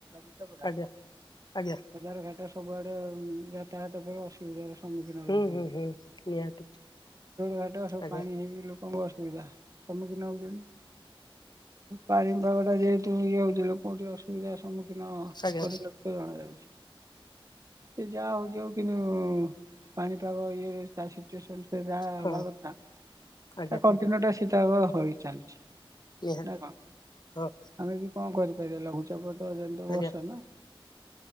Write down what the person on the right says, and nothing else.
<unintelligible>
ଜାର ଘାଟ ସବୁଆଡେ ଯାତାୟାତ ପାଇଁ ଅସୁବିଧା। ସମ୍ମୁଖୀନ ହେବାକୁ
ପଡୁଛି।
ଘାଟ ସବୁ
ପାଣି ହେଇକି ଲୋକ କଣ କଣ ଅସୁବିଧା ସମ୍ମୁଖୀନ ହେଉଛନ୍ତିୁ? ପାଣିପାଗଟା ଯେହେତୁ ଇଏ ହୋଉଛି ଲୋକୋଙ୍କୁ ଟିକେ ଅସୁବିଧାର ସମ୍ମୁଖୀନ
କରି ଲକ୍ଷ୍ୟ ଜଣାଯାଉଛି। ସେ ଯାହା ହୋଉଛି ଆଉ କିନ୍ତୁ ପାଣିପାଗ ଇଏ ଚାଷୀ ଯାହା
ହେବା କଥା
ତା କଣ୍ଟିନ୍ୟୁ ଟା ଶୀତଳ ହୋଇ ଚାଲିଛି।
ନା କଣ
ଆମେ କି କଣ କରିପାରିବା ଲଘୁଚାପ ଯେମିତିଆ ବର୍ଷା
ନା।